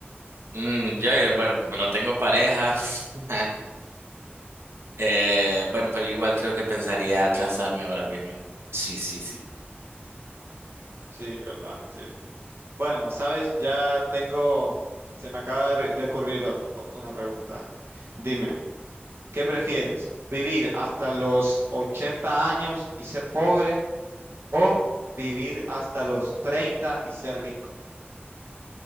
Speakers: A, on the right; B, on the right.
A: Mm, yo, eh, bueno, como no tengo pareja, <laughs> eh, bueno, pero yo igual creo que pensaría casarme ahora mismo. Sí, sí, sí.
B: Sí, verdad, sí. Bueno, sabes, ya tengo, se me acaba de de ocurrir o- una pregunta. Dime, ¿qué prefieres? ¿Vivir hasta los 80 años y ser pobre o vivir hasta los 30 y ser rico?